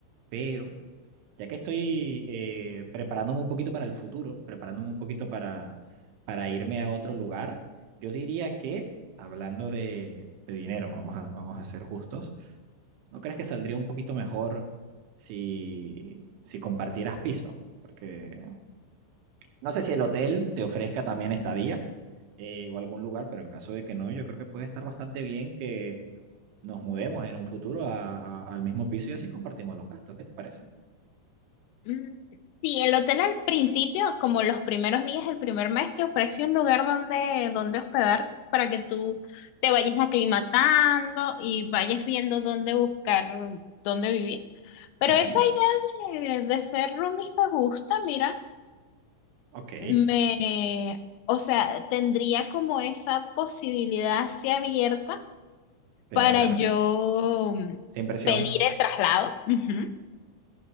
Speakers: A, on the right; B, on the left.
A: pero Ya que estoy eh, preparándome un poquito para el futuro, preparándome un poquito para, para irme a otro lugar, yo diría que, hablando de, de dinero, vamos a, vamos a ser justos, ¿no crees que saldría un poquito mejor si, si compartieras piso? Porque no sé si el hotel te ofrezca también estadía eh, o algún lugar, pero en caso de que no, yo creo que puede estar bastante bien que nos mudemos en un futuro a- a- al mismo piso y así compartimos los gastos. ¿Qué te parece?
B: Mm, Sí, el hotel al principio, como los primeros días, el primer mes, te ofrece un lugar donde, donde hospedarte para que tú te vayas aclimatando y vayas viendo dónde buscar, dónde vivir. Pero
A: Ujú.
B: esa idea de, de ser roomies me gusta, mira,
A: Ok,
B: me, o sea, tendría como esa posibilidad así abierta
A: claro,
B: para
A: claro.
B: yo mm,
A: Sin presión.
B: pedir el traslado. Ujú.